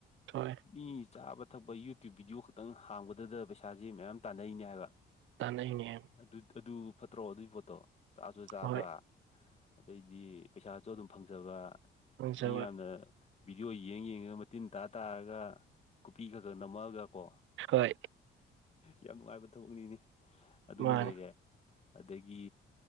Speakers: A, on the right; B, on the left.
A: ꯍꯣꯏ
B: ꯃꯤ ꯆꯥꯕ ꯊꯛꯄ ꯌꯨꯇꯨꯕ ꯚꯤꯗꯤꯑꯣ ꯈꯛꯇꯪ ꯍꯥꯡꯕꯗ ꯑꯗꯨꯗ ꯄꯩꯁꯥꯁꯤ ꯃꯌꯥꯝ ꯇꯥꯟꯅꯩꯅꯦ ꯍꯥꯏꯕ
A: ꯇꯥꯟꯅꯩꯅꯦ
B: ꯑꯗꯨ ꯑꯗꯨ ꯐꯠꯇ꯭ꯔꯣ ꯑꯗꯨꯒꯤ ꯄꯣꯠꯇꯣ ꯆꯥꯛꯁꯨ ꯆꯥꯕ
A: ꯍꯣꯏ
B: ꯑꯗꯩꯗꯤ ꯄꯩꯁꯥꯁꯨ ꯑꯗꯨꯝ ꯐꯪꯖꯕ
A: ꯐꯪꯖꯕ
B: ꯃꯤ ꯌꯥꯝꯅ ꯚꯤꯗꯤꯑꯣ ꯌꯦꯡ ꯌꯦꯡꯉꯒ ꯃꯇꯤꯟ ꯇꯥ ꯇꯥꯔꯒ ꯀꯣꯄꯤ ꯈꯛ ꯈꯔ ꯅꯝꯃꯛꯑꯒ ꯀꯣ
A: ꯍꯣꯏ
B: ꯌꯥꯝ ꯅꯨꯡꯉꯥꯏꯕ ꯊꯕꯛꯅꯤꯅꯤ ꯑꯗꯨꯃ
A: ꯃꯥꯅꯤ
B: ꯂꯩꯔꯦ ꯑꯗꯒꯤ